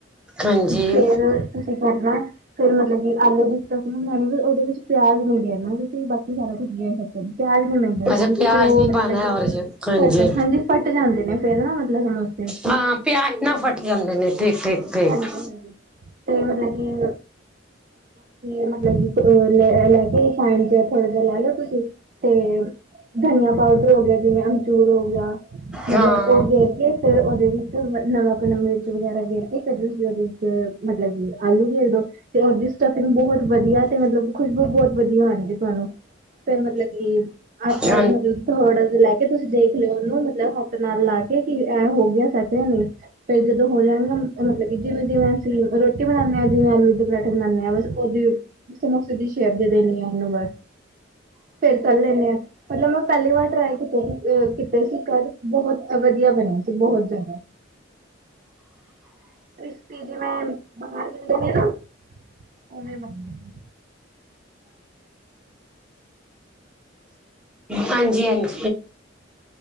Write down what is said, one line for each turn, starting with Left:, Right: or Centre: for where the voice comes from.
Centre: ਹਾਂਜੀ
Right: ਫੇਰ ਤੁਸੀਂ ਕਰਨਾ ਫਿਰ ਮਤਲਬ ਕਿ ਆਲੂ ਦੀ ਸਟਫਿੰਗ ਬਣਾਉਣੀ ਵੇ ਉਹਦੇ ਵਿੱਚ ਪਿਆਜ਼ ਨੀ ਗੇਰਨਾ ਨਾ ਤੁਸੀਂ ਬਾਕੀ ਸਾਰਾ ਕੁੱਝ ਗੇਰ ਸਕਦੇ ਔ ਪਿਆਜ ਨੀ <unintelligible> ਹਾਂਜੀ
Centre: ਅੱਛਾ
Right: ਦੀਦੀ,
Centre: ਪਿਆਜ
Right: ਫਿਰ ਉਹ
Centre: ਨੀ
Right: ਮਤਲਬ
Centre: ਪਾਣਾ
Right: ਕਿ
Centre: ਔਰ ਹਾਂਜੀ
Right: ਫੱਟ ਹਾਂਜੀ, ਫੱਟ ਜਾਂਦੇ ਨੇ ਫੇਰ ਨਾ ਮਤਲਬ ਸਮੋਸੇ
Centre: ਹਾਂ ਪਿਆਜ ਨਾਲ ਫਟ ਜਾਂਦੇ ਨੇ, ਠੀਕ- ਠੀਕ ਠੀਕ।
Right: ਫੇਰ ਤੇ ਮਤਲਬ ਕੀ <unintelligible> ਮਤਲਬ ਕੀ। ਉਹ ਲੈ ਕੇ ਰਿਫਾਇਨ ਥੋੜਾ ਜਿਹਾ ਲੈ ਲੋ ਤੁਸੀਂ 'ਤੇ ਧਨੀਆ ਪਾਊਡਰ ਹੋ ਗਿਆ, ਜਿਵੇਂ ਅਮਚੂਰ ਹੋ ਗਿਆ ਮਤਲਬ
Centre: ਹਾਂ,
Right: ਉਹ ਗੇਰ ਕੇ ਫੇਰ ਉਹਦੇ ਵਿੱਚ ਨਵਾਂ ਨਮਕ, ਮਿਰਚ ਵਗੈਰਾ ਗੇਰ ਕੇ ਫੇਰ ਤੁਸੀਂ ਉਹਦੇ ਵਿੱਚ ਮਤਲਬ ਕਿ ਆਲੂ ਗੇਰ ਦੋ ਤੇ ਉਹਦੀ ਸਟਫਿੰਗ ਬਹੁਤ ਵਦੀਆ ਤੇ ਮਤਲਬ ਖੁਸ਼ਬੂ ਬਹੁਤ ਵਦੀਆ ਆਣਗੇ ਤੁਹਾਨੂੰ ਫਿਰ ਮਤਲਬ ਕਿ ਆਟਾ
Centre: ਹਾਂਜੀ,
Right: ਮਤਲਬ ਥੋੜਾ ਜਿਆ ਲੈ ਕੇ ਤੁਸੀਂ ਦੇਖ ਲਿਓ, ਉਹਨੂੰ ਮਤਲਬ ਹੱਥ ਨਾਲ ਲਾ ਕੇ ਐ ਹੋ ਗਿਆ। ਸਤਿਆਂ ਨੂੰ ਤੇ ਹੋ ਜਾਨਗੀਆਂ ਮਤਲਬ ਕਿ ਜਿਵੇਂ-ਜਿਵੇਂ ਅਸੀਂ ਰੋਟੀ ਬਨਾਨੇ ਹਾਂ। ਜਿਵੇਂ ਆਲੂ ਦੇ ਪਰਾਂਠੇ ਬਨਾਨੇ ਬੱਸ ਉਹਦੀ ਸਮੋਸੇ ਦੀ ਸ਼ੇਪ ਦੇ ਦੇਣੀ ਆ ਓਹਨੂੰ ਬੱਸ ਫੇਰ ਤਲ ਲੈਂਨੇ ਆ ਮਤਲਬ ਮੈਂ ਪਹਿਲੀ ਵਾਰ ਟ੍ਰਾਈ ਕੀਤੇ ਸੀ, ਕੀਤੇ ਸੀ ਘਰ ਬਹੁਤ ਵਦੀਆ ਬਨੇ ਬਹੁਤ ਜਿਆਦਾ ਕ੍ਰਿਸਪੀ ਜਿਵੇੈਂ ਬਾਹਰ ਮਿਲਦੇ ਨੇ ਨਾ ਓਵੇਂ ਬਨੇ
Centre: ਹਾਂਜੀ-ਹਾਂਜੀ।